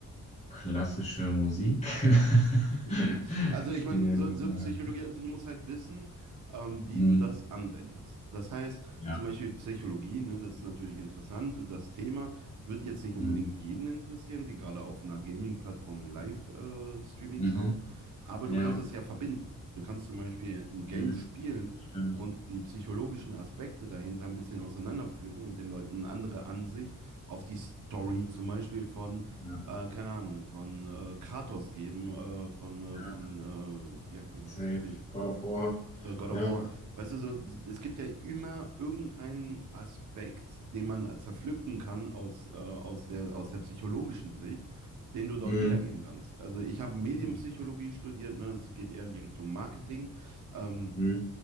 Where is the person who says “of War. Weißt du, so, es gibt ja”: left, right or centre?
Right